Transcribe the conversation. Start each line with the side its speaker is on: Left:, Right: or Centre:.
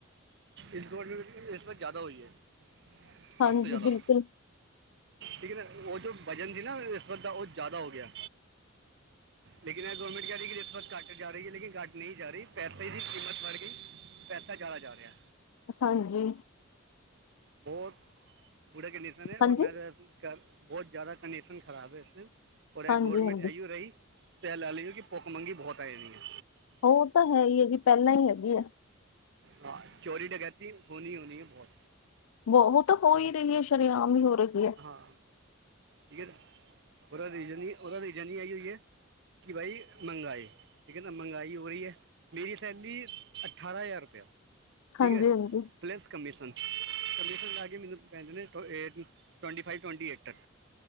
Right: ਇਸ ਗੌਰਮਿੰਟ ਵਿਚ ਰਿਸ਼ਵਤ ਜ਼ਿਆਦਾ ਹੋਈ ਹੈ। ਸਭ
Left: ਹਾਂਜੀ
Right: ਤੋਂ ਜ਼ਿਆਦਾ।
Left: ਬਿਲਕੁਲ
Right: ਠੀਕ ਨਾ ਉਹ ਜੋ ਵਜ਼ਨ ਸੀ ਨਾ ਇਸ ਵਕਤ ਦਾ ਉਹ ਜ਼ਿਆਦਾ ਹੋ ਗਿਆ। ਲੇਕਿਨ ਇਹ ਗਵੌਰਰਮੈਂਟ ਕਹਿ ਰਹੀ ਕਿ ਰਿਸ਼ਵਤ ਘੱਟ ਵਕਤ ਜਾ ਰਹੀ ਹੈ ਲੇਕਿਨ ਘੱਟ ਨਹੀਂ ਜਾ ਰਹੀ ਪੈਸੇ ਦੀ ਕੀਮਤ ਵਧ ਗਈ, ਪੈਸਾ ਜ਼ਿਆਦਾ ਜਾ ਰਿਹਾ।
Left: ਹਾਂਜੀ।
Right: ਬਹੁਤ, ਬੁਰੇ ਕੰਡੀਸ਼ਨ ਨੇ ਔਰ
Left: ਹਾਂਜੀ
Right: ਮੈਂ ਕ ਬਹੁਤ ਜ਼ਿਆਦਾ ਕੰਡੀਸ਼ਨ ਖਰਾਬ ਹੈ ਇਸਦੀ ਔਰ ਇਹ
Left: ਹਾਂਜੀ
Right: ਗੌਰਮੈਂਟ
Left: ਹਾਂਜੀ
Right: ਇਹਓ ਰਹੀ ਪਹਿਲ ਲਈ ਕਿ ਪੁੱਖ ਮੰਗੀ ਬਹੁਤ ਆ ਜਾਣੀ ਆ।
Left: ਉਹ ਤਾਂ ਹੈ ਹੀ ਹੈਗੀ ਪਹਿਲਾਂ ਹੀ ਹੈਗੀ ਆ।
Right: ਹਾਂ ਚੋਰੀ ਢਕੇਤੀ ਹੋਣੀ-ਹੋਣੀ ਹੈ ਬਹੁਤ।
Left: ਉਹ ਤਾਂ ਹੋ ਹੀ ਰਹੀ ਹੈ ਸ਼ਰੇਆਮ ਹੀ ਹੋ ਰਹੀ ਹੈ।
Right: ਹਾਂ, ਠੀਕ ਏ ਨਾ ਉਹਦਾ ਰੀ ਉਹਦਾ ਰੀਜਨ ਵੀ ਇਹੀਓ ਈ ਐ ਕਿ ਭਾਈ ਮੰਗਹਾਈ। ਠੀਕ ਹੈ ਨਾ ਮਹਿੰਗਾਈ ਹੋ ਰਹੀ ਹੈ, ਮੇਰੀ ਸੈਲਰੀ ਅਠਾਰਾਂ ਹਜ਼ਾਰ ਰੁਪਇਆ। ਠੀਕ
Left: ਹਾਂਜੀ
Right: ਹੈ,
Left: ਹਾਂਜੀ
Right: ਪਲੱਸ ਕਮਿਸ਼ਨ ਕਮਿਸ਼ਨ ਲਾ ਕੇ ਮੈਨੂੰ ਕਹਿੰਦੇ ਨੇ ਏ ਟਵੰਟੀ-ਫਾਈਵ ਟਵੰਟੀ ਏਟ ਤੱਕ,